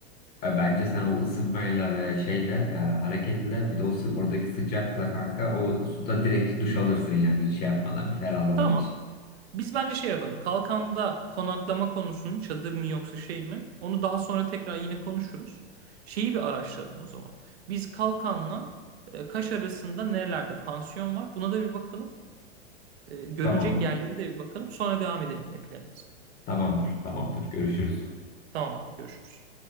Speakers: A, on the left (about 30°); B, on the right (about 70°).
A: E, bence sen o ısınmayla ve şeyle e, hareketle bir de o sı- oradaki sıcakla kanka o suda direkt duş alırsın yani hiç şey yapmadan bir ferahlamak
B: Tamam.
A: için.
B: Biz bence şey yapalım. Kalkanda konaklama konusunu çadır mı yoksa şey mi? Onu daha sonra tekrar yine konuşuruz. Şeyi bir araştıralım o zaman. Biz Kalkan'la e, Kaş arasında nerelerde pansiyon var? Buna da bir bakalım. E, Görülecek
A: Tamamdır.
B: yerleri de bir bakalım. Sonra devam edelim yine planımıza.
A: Tamamdır. Tamamdır. Görüşürüz.
B: Tamam abi görüşürüz.